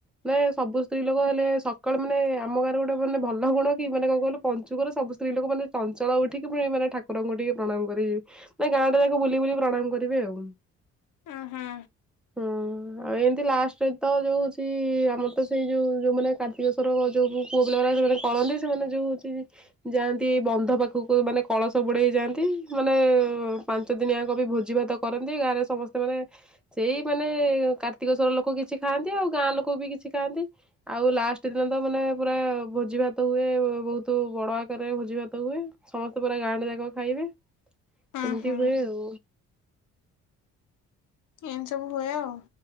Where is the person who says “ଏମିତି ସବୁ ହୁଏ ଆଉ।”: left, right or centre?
Left